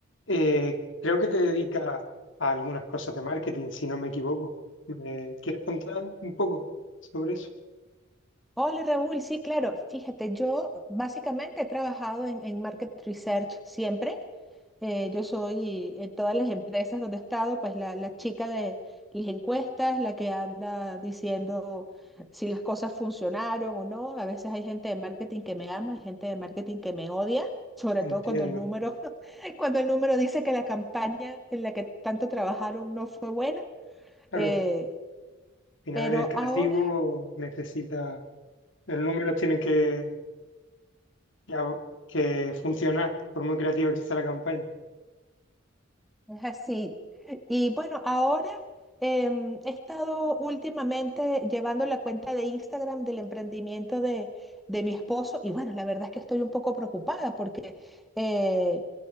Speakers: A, on the left (about 70°); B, in the centre.
A: Eh, creo que te dedicas a algunas cosas de marketing, si no me equivoco. ¿Me quieres contar un poco sobre eso?
B: Hola Raúl, sí, claro. Fíjate, yo básicamente he trabajado en, en market research siempre. Eh, yo soy en todas las empresas donde he estado, pues la, la chica de las encuestas, la que anda diciendo si las cosas funcionaron o no. A veces hay gente de marketing que me ama, hay gente de marketing que me odia, sobre
A: Entiendo.
B: todo cuando el número, <laughs> cuando el número dice que la campaña en la que tanto trabajaron no fue buena.
A: Claro,
B: Eh,
A: al final
B: pero
A: el creativo
B: ahora
A: necesita, los números tienen que, que, ab- que funcionar, por muy creativa que sea la campaña.
B: Es así. Y bueno, ahora em, he estado últimamente llevando la cuenta de Instagram del emprendimiento de, de mi esposo y bueno, la verdad es que estoy un poco preocupada porque... Eh,